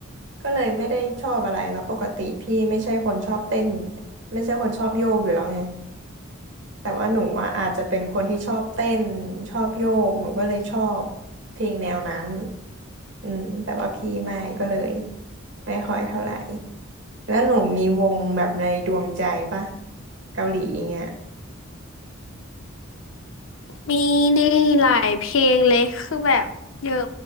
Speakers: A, on the right; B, on the left.
A: ก็เลยไม่ได้ชอบอะไรแล้วปกติพี่ไม่ใช่คนชอบเต้นไม่ใช่คนชอบโยกอยู่แล้วไง แต่ว่าหนูอะอาจจะเป็นคนที่ชอบเต้นชอบโยกหนูก็เลยชอบเพลงแนวนั้นอืมแต่ว่าพี่ไม่ก็เลยไม่ค่อยเท่าไหร่แล้วหนูมีวงแบบในดวงใจปะเกาหลีอย่างเงี้ย
B: มีดีหลายเพลงเลยคือแบบเยอะ